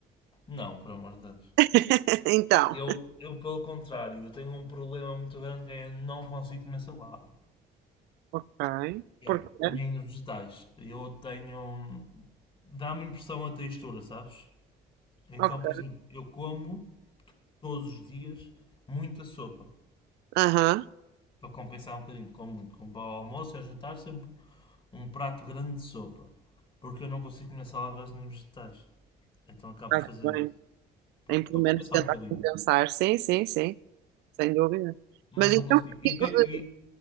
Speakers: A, on the left; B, on the right.
A: Não, por amor de Deus.
B: <laughs> Então.
A: Eu, eu, pelo contrário, eu tenho um problema muito grande que é eu não consigo comer salada.
B: Ok.
A: É.
B: Porquê?
A: Nem vegetais. Eu tenho. dá-me impressão a textura, sabes? Então,
B: Ok.
A: por exemplo, eu como todos os dias muita sopa
B: Aham,
A: para compensar um bocadinho. Como muito, como ao almoço e ao jantar, sempre um prato grande de sopa porque eu não consigo comer saladas nem vegetais, então acabo
B: Está
A: por fazer
B: bem.
A: isso Pronto,
B: Em pelo
A: para
B: menos
A: compensar
B: tentar
A: um bocadinho,
B: compensar. Sim, sim, sim. Sem dúvida.
A: mas
B: Mas então,
A: não consigo. E,
B: que tipo
A: tem,
B: de...
A: e